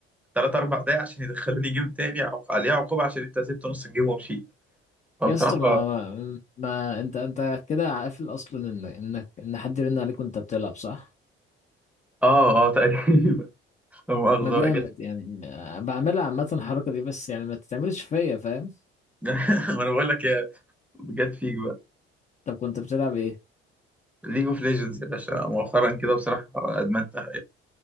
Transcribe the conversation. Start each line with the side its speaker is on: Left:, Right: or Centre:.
Centre: ثلاث اربع دقايق عشان يدخلوني جيم تاني عق- عليها عقوبه عشان انت سبت نص الجيم ومشيت فبصراحه
Left: يا اسطى ما ما انت انت كده قافل اصلا ان انك ان حد يرن عليك وانت بتلعب صح
Centre: اه اه تقريبا <laughs> لا مؤاخذه
Left: ما جامد
Centre: بقى جت
Left: يعني آه، بعملها عامة الحركة دي بس يعني ما تتعملش فيا فاهم
Centre: <laughs> ما انا بقول لك يا جت فيك بقى
Left: طب كنت بتلعب ايه
Centre: ليج اوف ليجندز يا باشا مؤخرا كده بصراحه ادمنتها